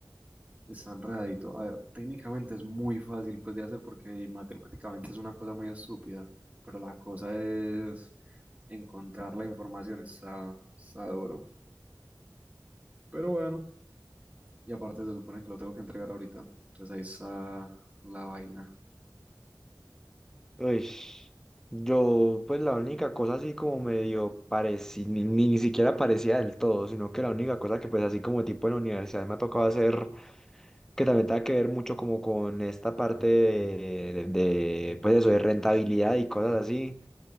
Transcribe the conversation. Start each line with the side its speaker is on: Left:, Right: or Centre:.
Right: está enredadito. A ver, técnicamente es muy fácil pues de hacer porque matemáticamente es una cosa muy estúpida, pero la cosa es encontrar la información, está, está duro. Pero bueno, y aparte se supone que lo tengo que entregar ahorita, entonces ahí está la vaina.
Centre: Uy, yo pues la única cosa así como medio parecía, ni, ni ni siquiera parecía del todo, sino que la única cosa que pues así como tipo en la universidad me ha tocado hacer, que también tenga que ver mucho como con esta parte de, de de, pues eso, de rentabilidad y cosas así